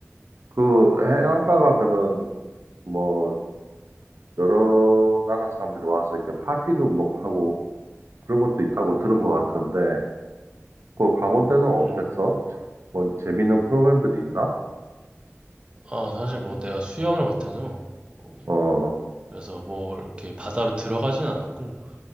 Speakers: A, on the right; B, on the right.
A: 그 해안가 가면은 뭐 여러 나라 사람들이 와서 이렇게 파티도 뭐 하고 그런 것도 있다고 들은 것 같은데 그 가본 데는 어땠어?
B: 음,
A: 뭐 재밌는 프로그램들이 있나?
B: 아, 사실 뭐 내가 수영을 못해서, 어,
A: 어,
B: 그래서 뭐 이렇게 바다로 들어가진 않았고,